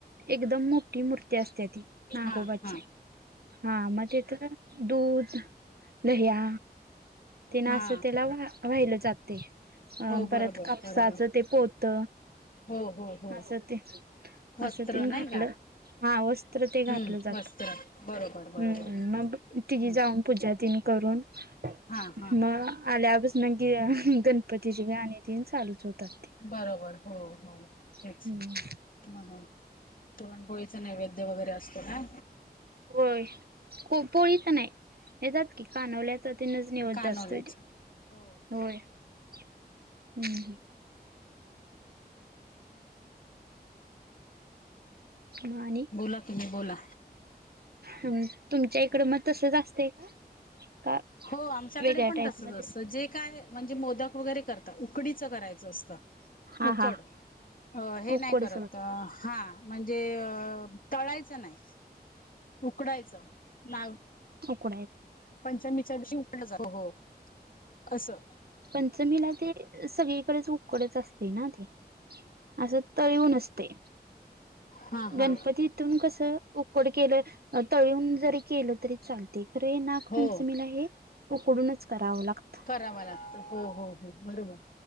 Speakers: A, on the right; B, on the left.
A: एकदम मोठी मूर्ती असते ती नागोबाची
B: हा हा
A: हा मग त्याच तर दूध लह्या ते ना
B: हा
A: असं त्याला बघा वाहिलं जाते अह
B: हो बरोबर
A: परत कापसाचं
B: बरोबर
A: ते पोत
B: हो हो. हो
A: असं ते
B: वस्त्र
A: असं तीन
B: नाही
A: घातल
B: का
A: हा वस्त्र ते घातलं
B: हम्म
A: जात,
B: वस्त्र बरोबर बरोबर
A: हम्म मग तिघी
B: हम्म
A: जाऊन पूजा दिन करून
B: हा हा
A: मग आल्यावर <unintelligible> गणपतीची गाणी तीन चालूच होतात ती.
B: बरोबर हो हो तेच
A: हम्म
B: म्हणून. पुरण पोळीचा नैवद्य वगैरे असतो ना
A: होय को पोळी पण आहे येत्यात की कानवल्याचा तनच नैवेद्य
B: कानोल्याच
A: असतोय त्यो
B: हो.
A: होय हम्म. हम्म आणि
B: बोला तुम्ही बोला.
A: हम्म तुमच्या इकडं मग तसच असतंय का
B: हो आमच्याकडे
A: वेगळ्या
B: पण
A: टाईपमध्ये
B: तसच असतं जे काय म्हणजे मोदक वगैरे करतात उकडीचं करायचं असतं
A: हा
B: उकड
A: हा
B: हे
A: उकडच
B: नाही करत, हा. म्हणजे तळायचं नाही, उकडायच ता
A: उकडाय
B: पंचमीच्या दिवशी उकडलं जात, हो हो. असं.
A: पंचमीला ते सगळीकडेच उकडच असते ना ते. असं तळून नसतय
B: हा हा
A: गणपतीत तून कस उकड केलं अह तळून जरी केलं तरी चालत ते खर हे नागपंचमीला
B: हो
A: हे उकडूनच करावं लागत.
B: कराव लागत हो हो हो. बरोबर